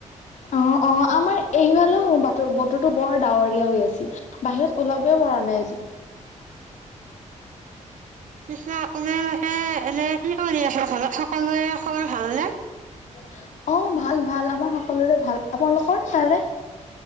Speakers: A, on the left; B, on the right.
A: অ অ আমাৰ এইফালে বৰ বতৰটো বৰ ডাৱৰীয়া হৈ আছিল। বাহিৰত ওলাবই পৰা নাই আজি।
B: পিছে আপোনালোকে এনেই কি কৰি আছে? ঘৰত সকলোৱে খবৰ ভালনে?
A: <unintelligible> অ', ভাল ভাল, আমাৰ সকলোৰে ভাল। আপোনালোকৰ তাৰে